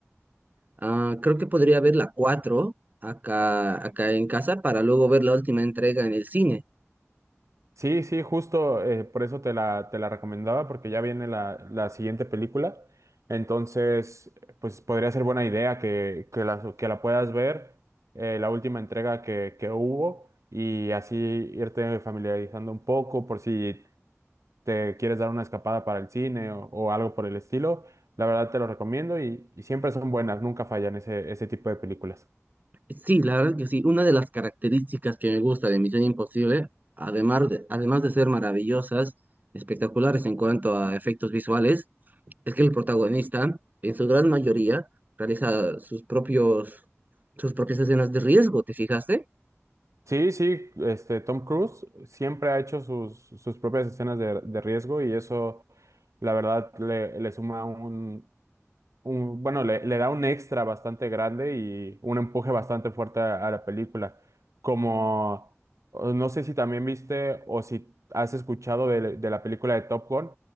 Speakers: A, on the right (about 35°); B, on the right (about 80°).
A: ah, creo que podría ver la cuatro acá, acá en casa para luego ver la última entrega en el cine.
B: Sí, sí, justo eh, por eso te la, te la recomendaba, porque ya viene la, la siguiente película. Entonces, pues podría ser buena idea que, que la, que la puedas ver, eh, la última entrega que, que hubo, y así irte familiarizando un poco por si te quieres dar una escapada para el cine o, o algo por el estilo. La verdad te lo recomiendo y, y siempre son buenas, nunca fallan ese, ese tipo de películas.
A: Sí, la verdad que sí. Una de las características que me gusta de Misión Imposible, además de, además de ser maravillosas, espectaculares en cuanto a efectos visuales, es que el protagonista, en su gran mayoría, realiza sus propios, sus propias escenas de riesgo, ¿te fijaste?
B: Sí, sí, este Tom Cruise siempre ha hecho sus, sus propias escenas de, de riesgo y eso, la verdad, le, le suma un, un- bueno, le, le da un extra bastante grande y un empuje bastante fuerte a, a la película. Como, o no sé si también viste o si has escuchado de, de la película de Top Gun,